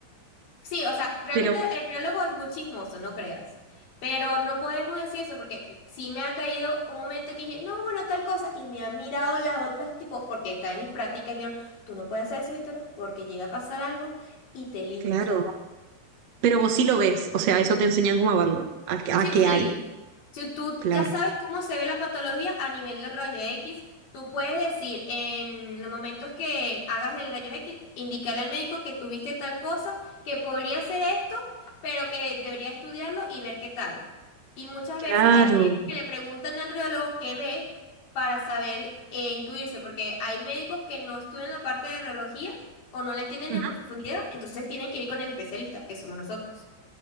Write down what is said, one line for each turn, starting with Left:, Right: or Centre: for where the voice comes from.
Left: Sí, o sea, realmente
Right: Pero,
Left: el biólogo es muy chismoso, no creas. Pero no podemos decir eso porque sí me ha caído un momento que dije, no, bueno, tal cosa, y me han mirado las otras, tipo, porque está en mis prácticas, y me dijeron, tú no puedes hacer eso, Víctora porque llega a pasar algo y te linchan.
Right: claro, pero vos sí lo ves, o sea, eso te enseñan cómo a verlo, a, que- a
Left: Sí,
Right: qué
Left: sí.
Right: hay,
Left: Si tú
Right: claro.
Left: ya sabes cómo se ve la patología a nivel de rayo X, tú puedes decir en los momentos que hagas el rayo X, indicarle al médico que tuviste tal cosa, que podría ser esto, pero que debería estudiarlo y ver qué tal. Y muchas veces
Right: Claro,
Left: hay médicos que le preguntan al radiólogo qué ve para saber e intuirse, porque hay médicos que no estudian la parte de radiología o no la entienden
Right: Ujú.
Left: en profundidad, entonces tienen que ir con el especialista, que somos nosotros.